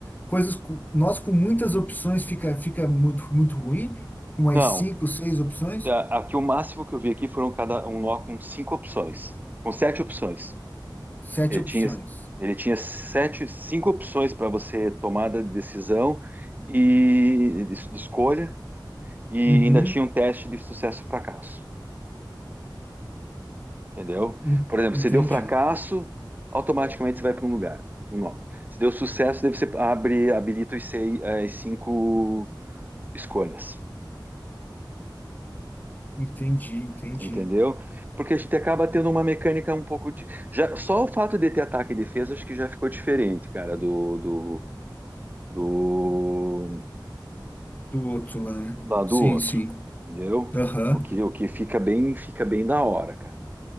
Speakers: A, on the left; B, on the right.
A: coisas com- nós com muitas opções fica, fica muito, muito ruim? Com mais
B: Não,
A: cinco, seis opções?
B: tá, aqui o máximo que eu vi aqui foram cada um nó com cinco opções, com sete opções.
A: Sete
B: Ele
A: opções.
B: tinha, ele tinha sete, cinco opções para você tomada de decisão e de, de escolha, e
A: Uhum,
B: ainda tinha um teste de sucesso e fracasso, entendeu?
A: en-
B: Por exemplo,
A: entendi,
B: se deu fracasso, automaticamente você vai para um lugar, um nó. Se deu sucesso, daí você abre, habilita os seis, as cinco escolhas.
A: entendi, entendi.
B: Entendeu? Porque a gente acaba tendo uma mecânica um pouco de. Já, só o fato de ter ataque e defesa, acho que já ficou diferente, cara, do, do, do
A: Do outro lá, né?
B: lá do
A: Sim,
B: outro.
A: sim.
B: Entendeu?
A: Aham.
B: O que, o que fica bem, fica bem da hora, cara.